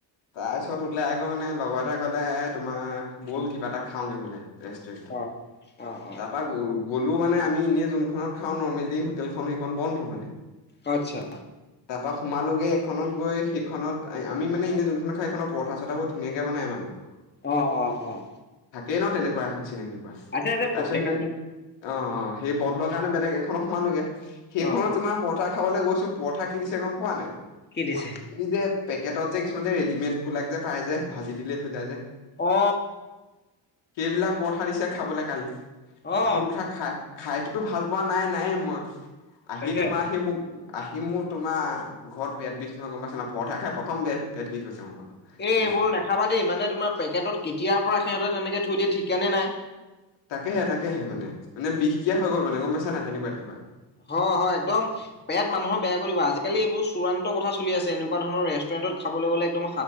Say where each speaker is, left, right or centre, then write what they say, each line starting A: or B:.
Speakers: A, on the left; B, on the left.
A: তাৰপিছত ওলাইগৈ মানে লগৰ এটাই ক'লে এ তোমাৰ বল কিবা এটা খাওঁগে বোলে। ৰেষ্টুৰেণ্টৰ
B: অ অ অ
A: তাৰপা গলো। গ'লো মানে আমি এনেই যোনখনত খাওঁ নৰ্মেলি হোটেলখন সেইখন বন্ধ মানে।
B: অ' আটচা।
A: তাৰ পৰা সোমালোগে এখনত গৈ সেইখনত আমি মানে এনে যোনখনত খাও সেইখনত পৰঠা চঠাাবোৰ ধুনীয়াকে বনাই মানে।
B: অ', অ', অ',
A: থাকেই ন' তেনেকুৱা এখন চিনাকি পাঁচ
B: আছে আছে
A: তাৰছত
B: প্ৰত্যেকে
A: <unintelligible> অ', অ', সেই বন্ধৰ কাৰণে বেলেগ এখনত সোমালোগে সেইখনত
B: অ
A: তোমাৰ পৰঠা খাবলৈ গৈছো পৰঠা কি দিছে গম পোৱা নাই
B: কি দিছে
A: এই যে পেক কেটত যে কিছুমান যে ৰেডিমেড বিলাক যে পাই যে ভাজি দিলেই হৈ যাই যে
B: অ
A: কেইবিলাক পৰঠা দিছে খাবলে কালি প্ৰথম
B: অ
A: কথা খায় খাইতোতো ভাল পোৱা নাই নাইয়েই মই আহি
B: তাকে
A: তোমাৰ সি মোক আহি। সি মোৰ তোমাৰ ঘৰত পেট বিষ নহয় গম পাইছে না পৰঠাই খাই প্ৰথম পেট বিষ হৈছে মোৰ। সেইদিনাখন
B: এই এইবোৰ নাখাবা দেই মানে তোমাৰ পেকেটত কেতিয়াৰ পৰা সিহঁতে তেনেকে থৈ দিয়ে ঠিক নে নাই।
A: তাকেহে তাকেহে মানে, মানে বিষ কিয়া হৈ গ'ল মানে গম পাইছানাই তেনেকুৱা কিবা।
B: হয় -হয় একদম পেট মানুহৰ বেয়া কৰি দিব। আজিকালি এইবোৰ চূড়ান্ত কথা চলি আছে এনেকুৱা ধৰণৰ ৰেষ্টুৰেণ্ট। ৰেষ্টুৰেণ্টত খাবলে গ'লে একদম